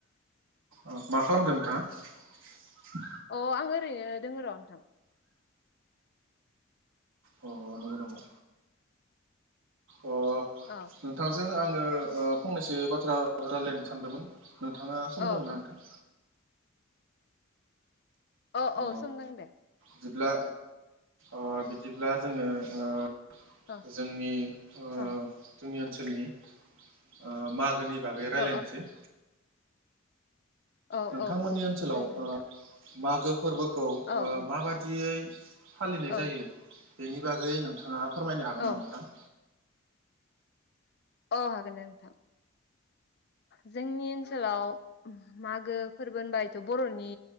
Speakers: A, on the right; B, on the left.
A: अह मा खालामदों नोंथाङा
B: अ आं ओरैनो दोङोर नोंथां।
A: अ नंगौ नामा? अ
B: अ
A: नोंथांजों आङो ओ फंनैसो बाथ्रा रायलायनो सानदोंमोन नोंथाङा सम
B: औ
A: दोङोना
B: औ
A: नोंथां
B: औ
A: अ
B: औ सम दं दे
A: बिदिब्ला ओ बिदिब्ला जोङो ओ
B: अ
A: जोंनि ओ
B: अ
A: जोंनि ओन ओनसोलनि ओ मागोनि बागै
B: औ
A: रायलायनोसै।
B: औ
A: नोंथांमोननि
B: औ औ
A: ओनसोलाव
B: जागोन दे नोंथां
A: ओ मागो फोरबोखौ
B: औ
A: ओ
B: औ
A: माबादियै फालिनाय
B: औ
A: जायो बेनि बागै नोंथाङा फोरमायनो हागोन
B: औ
A: नामा नोंथां
B: अ हागोन दे नोंथां जोंनि ओनसोलाव मागो फोरबो होनबा इथ' बर'नि